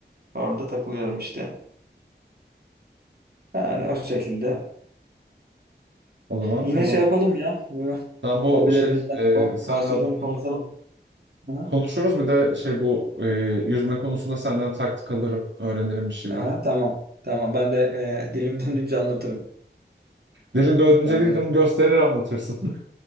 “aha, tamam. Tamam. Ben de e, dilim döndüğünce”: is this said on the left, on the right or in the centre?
Right